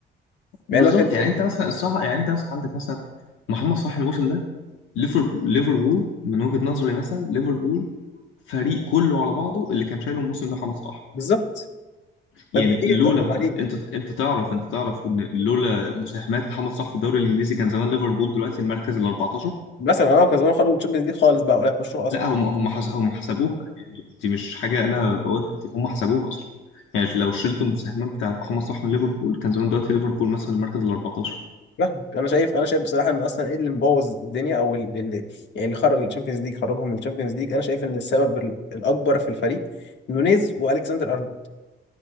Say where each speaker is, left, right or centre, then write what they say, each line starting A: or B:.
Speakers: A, on the left (about 80°); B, on the left (about 65°).
A: بالظبط
B: مع انه شايل الفريق
A: يعني انت مثلا الصراحه يعني انت مثلا عندك مثلا محمد صلاح الموسم ده ليفربول ليفربول من وجهه نظري مثلا ليفربول فريق كله على بعضه اللي كان شايله الموسم ده محمد صلاح
B: بالظبط
A: يعني
B: فانت
A: لولا
B: ليه تحكم
A: مح...
B: عليه
A: انت انت تعرف انت تعرف ان لولا مساهمات محمد صلاح في الدوري الانجليزي كان زمان ليفربول دلوقتي المركز ال 14
B: مثلا انا كان زمان خرج من الشامبيونز ليج خالص بقى ولا يخشوها اصلا
A: لا هم هم حس... هم حسبوها يعني دي مش حاجة أنا بقولها دي هم حسبوها أصلا يعني لو شلت المساهمات بتاعت محمد صلاح من ليفربول كان زمان دلوقتي ليفربول مثلا المركز ال 14
B: فاهمك انا شايف انا شايف بصراحه ان اصلا ايه اللي مبوظ الدنيا او اللي اللي يعني اللي خرج الشامبيونز ليج خرجهم من الشامبيونز ليج انا شايف ان السبب ال- الاكبر في الفريق نونيز والكسندر ارنولد